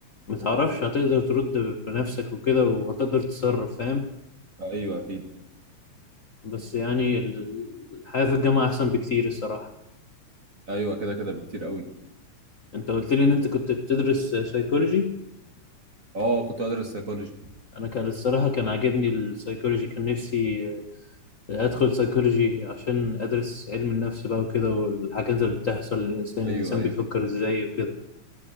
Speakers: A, on the left (about 85°); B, on the right (about 35°).
A: ما تعرفش هتقدر ترد بنفسك وكده وهتقدر تتصرف فاهم
B: ايوه اكيد
A: بس يعني ال- الحياه في الجامعه احسن بكتير الصراحه
B: ايوه كده كده بكتير قوي
A: انت قلت لي ان انت كنت بتدرس سايكولوجي
B: اه كنت ادرس سايكولوجي
A: انا كان الصراحه كان عاجبني السايكولوجي كان نفسي ادخل سيكولوجي عشان ادرس علم النفس بقى وكده والحاجات اللي بتحصل للانسان
B: ايوه
A: الانسان
B: ايوه
A: بيفكر ازاي وكده